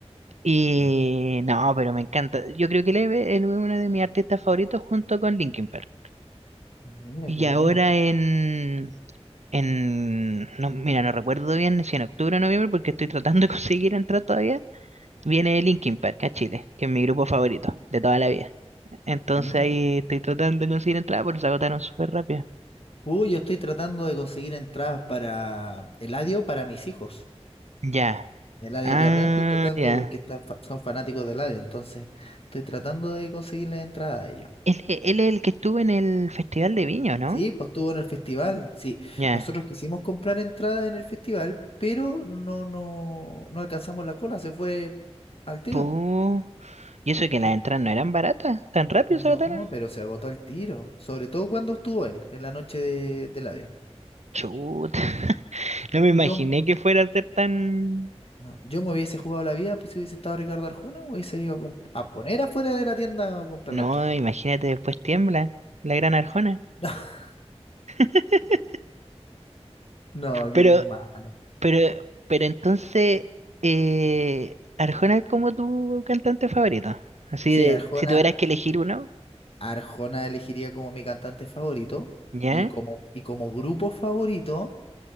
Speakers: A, on the right; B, on the left.
A: Y
B: Mira,
A: no, pero me encanta. Yo creo que él es él es uno de mis artistas favoritos junto con Linkin Park.
B: mira
A: Y
B: qué buena.
A: ahora en, en, no, mira, no recuerdo bien si en octubre o noviembre, porque estoy tratando <laughs> de conseguir entrar todavía, viene Linkin Park a Chile, que es mi grupo favorito de toda la vida. Entonces
B: Mira.
A: ahí estoy tratando de conseguir entrada porque se agotaron súper rápido.
B: Uy, yo estoy tratando de conseguir entradas para Eladio para mis hijos.
A: Ya,
B: Eladio
A: ah,
B: Carrión estoy tratando
A: ya.
B: porque están fa- son fanáticos de Eladio, entonces estoy tratando de conseguirles entradas a ellos.
A: Él, él es el que estuvo en el Festival de Viña, ¿o ¿no?
B: Sí, pues estuvo en el festival. Sí,
A: Ya.
B: nosotros quisimos comprar entradas en el festival, pero no, no, no alcanzamos la cola, se fue al tiro.
A: Pu- Y eso que las
B: Eh,
A: entradas no eran baratas, tan rápido
B: No,
A: se agotaron.
B: pero se agotó al tiro, sobre todo cuando estuvo él, en la noche de, de Eladio.
A: Chut. <laughs> No me imaginé
B: Yo,
A: que fuera a ser tan...
B: No, yo me hubiese jugado la vida, pues si hubiese estado Ricardo Arjona, hubiese ido a, comp- a poner afuera de la tienda a comprar
A: No,
B: la entrada.
A: imagínate, después tiembla la Gran Arjona.
B: <laughs>
A: <laughs>
B: No, que
A: Pero,
B: eres malo.
A: pero, pero entonces, eh, Arjona es como tu cantante favorito. Así
B: Sí,
A: de,
B: Arjona,
A: si tuvieras que elegir uno,
B: Arjona elegiría como mi cantante favorito
A: ¿ya?
B: y como, y como grupo favorito,